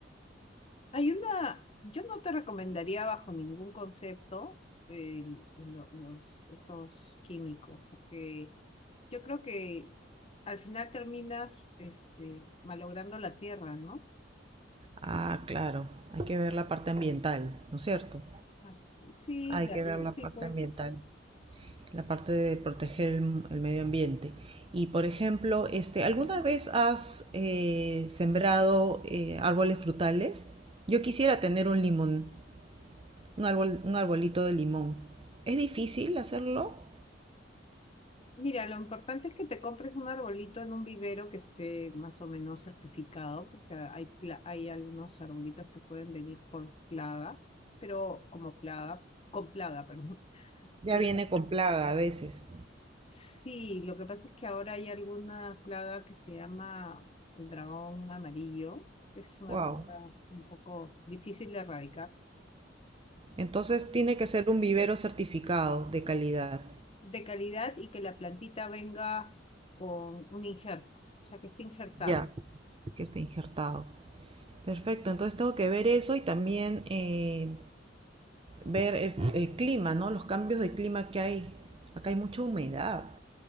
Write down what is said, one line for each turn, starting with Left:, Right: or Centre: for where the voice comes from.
Left: hay una, yo no te recomendaría bajo ningún concepto el- lo- los, estos químicos, porque yo creo que al final terminas este, malogrando la tierra, ¿no?
Right: Ah, claro, hay que ver la parte ambiental, ¿no es cierto?
Left: As- Sí,
Right: Hay
Left: la-
Right: que ver
Left: y-
Right: la
Left: sí,
Right: parte
Left: pues.
Right: ambiental, la parte de proteger el, el medio ambiente. Y por ejemplo, este, ¿alguna vez has eh, sembrado eh, árboles frutales? Yo quisiera tener un limón, un árbol, un arbolito de limón. ¿Es difícil hacerlo?
Left: Mira, lo importante es que te compres un arbolito en un vivero que esté más o menos certificado, porque hay, pla- hay algunos arbolitos que pueden venir por plaga, pero como plaga, con plaga, perdón.
Right: Ya
Left: Pero
Right: viene con plaga a veces.
Left: Sí, lo que pasa es que ahora hay alguna plaga que se llama el dragón amarillo. Es una
Right: Wow.
Left: plaga un poco difícil de erradicar.
Right: Entonces tiene que ser un vivero certificado de calidad.
Left: De calidad y que la plantita venga con un injerto, o sea, que esté injertado.
Right: Ya, que esté injertado. Perfecto, entonces tengo que ver eso y también eh, ver el, el clima, ¿no? Los cambios de clima que hay. Acá hay mucha humedad.